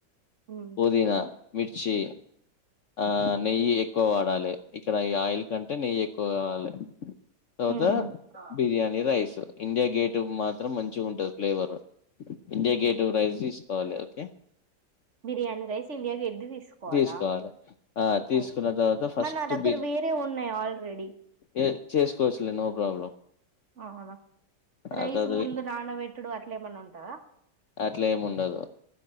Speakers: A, on the right; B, on the left.
A: మ్మ్.
B: పూదినా మిర్చి ఆ నెయ్యి ఎక్కువ వాడాలి. ఇక్కడ ఈ ఆయిల్ కంటే నెయ్యి ఎక్కువ కావాలి. తర్వాత
A: ఉహు ఆ
B: బిర్యానీ రైస్ ఇండియా గేట్ మాత్రం మంచి ఉంటది ఫ్లేవర్ మ్ టూ రైస్ తీసుకోవాలి ఓకే
A: బిర్యానీ రైస్ ఇండియాకి ఎడ్ది తీసుకోవాలా
B: తీసుకోవాలి ఆ తీసుకున్న
A: ఓకే
B: తర్వాత ఫస్ట్
A: మన్న నా దగ్గర
B: బిర్
A: వేరే ఉన్నాయి ఆల్రెడీ
B: ఏ చేసుకోవచ్చులే నో ప్రాబ్లం
A: అవునా
B: ఆ
A: రైస్
B: తర్వాత
A: ముందు
B: వి
A: నానబెట్టుడు అట్లే ఏమన్నా ఉంటందా
B: అట్లా ఏమి ఉండదు